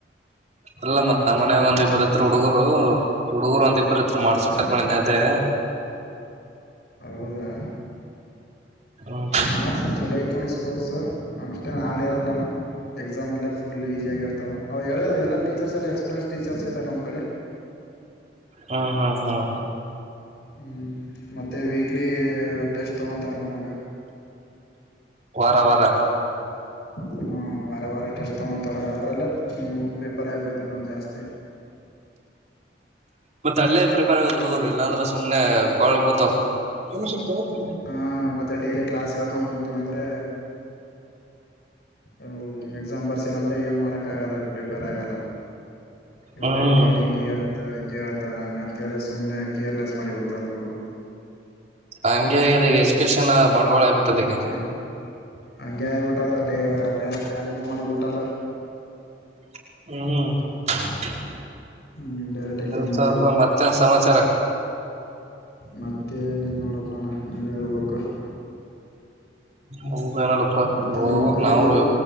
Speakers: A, on the right; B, on the left.
A: ಅಲ್ಲ
B: ಹಾ
A: ಮತ್
B: ಅಷ್ಟೇನ್
A: ನಮ್ಮ ಮನಯಾಗ
B: ಹಾರ್ಡ್
A: ಒಂದಿಬ್ಬರು
B: ಇಲ್ಲ
A: ಇದ್ರು ಹುಡುಗರು ಹುಡುಗರು ಒಂದ ಇಬ್ಬರು ಇದ್ರು ಮಾಡ್ಸ್ಬೇಕತ್
B: ಹ
A: ಮಾಡಿದೆ ಅದೇ
B: ಹೌದಾ
A: ಹ್ಮ್
B: ಮಾಡಸ್ ಚೊಲೋ ಐತ್ ನೋಡಸ್ಕೋರ್ಸ ಅ ಅಷ್ಟ ಆಡಿರೋಲ್ಲಣ ಎಕ್ಸಾಮ ಎಲ್ಲ ಫುಲ್ ಈಸಿ ಆಗಿರ್ತಾವ ಅವು ಹೇಳ ಎಲ್ಲ ಟೀಚರ್ಸ್ ಎಲ್ಲ ಎಕ್ಸ್ಪೀರಿಯನ್ಸ್ ಟೀಚರ್ಸ್ ಇದರ ನಮ್ ಕಡೆ
A: ಹ್ಮ್ ಹ್ಮ್ ಹ್ಮ್ ಹ್ಮ್
B: ಹ್ಮ್ ಮತ್ತೆ ವೀಕ್ಲಿ ಟೆಸ್ಟ್ ತಗೊಂತಾರ ನಮಗ
A: ವಾರ ವಾರ
B: ಹ್ಮ ವಾರ ವಾರ ಟೆಸ್ಟ್ ತಗೊಂತಾರ ಅದ್ರಲ್ಲೇ ಹ ಪ್ರಿಪೇರ್ ಆಗಿಬಿಡ್ತೇವಿ ನಾವು ಜಾಸ್ತಿ
A: ಮತ್ತೆ ಅಲ್ಲೇ ಪ್ರಿಪೇರ್ ಆಗದ್ ಹುಡುಗೋರು ಇಲ್ಲಾಂದ್ರೆ ಸುಮ್ನೆ ಗೋಳ್ಬ ನಿಮಷತ್ತು ತಗೋ
B: ಹಹ ಮತ್ತೆ ಡೇಲಿ ಕ್ಲಾಸ್ ಹೇಳ್ಕ ಕುಂತೀವಿ ಅಂದ್ರೆ ಅ ಎಕ್ಸಾಮ್ ಬರ್ಸಿಲ್ಲಂದ್ರೆ ಏನ್ ಮಾಡಕ್ ಆಗಲ್ಲ ಪ್ರಿಪೇರ್ ಆಗಲ್ಲ ಇವ್ರೇನ್
A: ಹ್ಮ್
B: ಡೈಲಿ ಹೆಂಗ ಇರುತ್ತ ಹಿಂಗೆ ಹೇಳ್ತಾರ ಹಂಗಂತ ಕೇಳಿ ಸುಮ್ನೆ ಕೇರ್ಲೆಸ್ ಮಾಡಿ ಬಿಡ್ತಾರೆ ಹುಡಗುರು
A: ಹಂಗೆ ಆಗೇದ ಎಜುಕೇಶನ್ ಬಂಡವಾಳ ಆಗ್ಬಿಟ್ಟದೆ ಈಗ
B: ಹ ಹಂಗೆ ಆಗಿಬಿಟ್ಟದ ಡೇ ಡೈರೆಕ್ಟ್ ಕಾಲೇಜ್ ಮಾಡಿಬಿಟ್ಟಾರ
A: ಹ್ಮ್
B: ಹ್ಮ್ ಡೈರೆಕ್ಟ್ ಎಕ್ಸಾಮ್
A: ಸ್ವಲ್ಪ ಮತ್ತೆ ಸಮಾಚಾರ
B: ಮತ್ತೆ. ಏನಿಲ್ಲ ನೋಡಪ್ಪ ಅಣ್ಣ ನೀವೆ ಹೇಳ್ಬೇಕು
A: ಹೌದಏನಡಪ್ಪಾ
B: ಮತ್ತೆ
A: ಹೋಬಕ್
B: ನಿಮ್ ಕಡೆ
A: ನಾವು
B: ಏನ